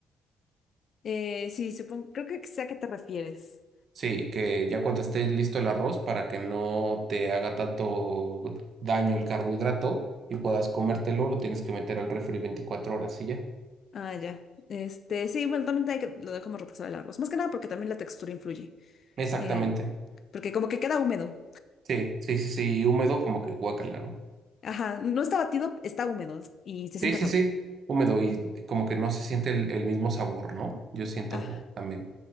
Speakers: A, on the left (about 55°); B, on the right (about 60°).
A: eh, sí, supongo, creo que sé a qué te refieres.
B: Sí, que ya cuando esté listo el arroz para que no te haga tanto daño el carbohidrato y puedas comértelo, lo tienes que meter al refri 24 horas y ya.
A: Ah, ya. Este, sí, bueno, también hay que, lo dejamos reposar de largos. Más que nada porque también la textura influye.
B: Exactamente.
A: Eh, porque como que queda húmedo.
B: Sí, sí, sí, sí, y húmedo como que guácala, ¿no?
A: Ajá, no está batido, está húmedo y se
B: Sí,
A: siente
B: sí,
A: raro.
B: sí, húmedo y como que no se siente el, el mismo sabor, ¿no? Yo siento
A: Ah,
B: como también.